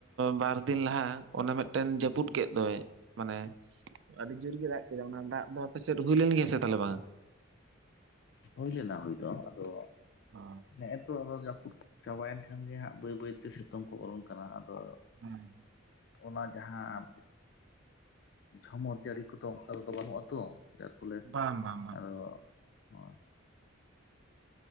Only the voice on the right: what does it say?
ᱵᱟᱨᱫᱤᱱ ᱞᱟᱦᱟ ᱚᱱᱮ ᱢᱤᱫᱴᱮᱱ ᱡᱟᱹᱯᱩᱫ ᱠᱮᱫ ᱫᱚᱭ, ᱢᱟᱱᱮ ᱟᱹᱰᱤ ᱡᱳᱨ ᱜᱮ ᱫᱟᱜ ᱠᱮᱫᱟ, ᱚᱱᱟ ᱫᱟᱜ ᱫᱚ ᱟᱯᱮᱥᱮᱫ ᱦᱩᱭ ᱞᱮᱱ ᱜᱮᱭᱟ ᱥᱮ ᱛᱟᱦᱚᱞᱮ ᱵᱟᱝᱼᱟ?
ᱚ
ᱦᱮᱸ
ᱵᱟᱝ ᱵᱟᱝ ᱵᱟᱝ